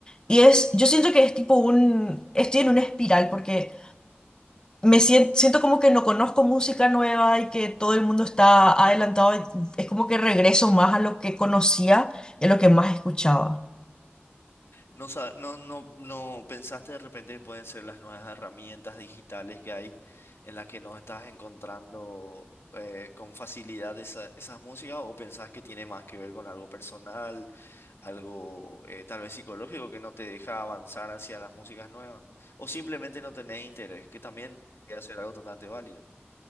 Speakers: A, on the left; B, on the left.
A: Y es, yo siento que es tipo un, estoy en una espiral porque me siento, siento como que no conozco música nueva y que todo el mundo está adelantado. y Es como que regreso más a lo que conocía y a lo que más escuchaba.
B: No, sa- no, no, no pensaste de repente que pueden ser las nuevas herramientas digitales que hay en las que no estás encontrando eh, con facilidad esa- esas músicas o pensás que tiene más que ver con algo personal, algo eh, tal vez psicológico que no te deja avanzar hacia las músicas nuevas o simplemente no tenés interés, que también puede ser algo totalmente válido,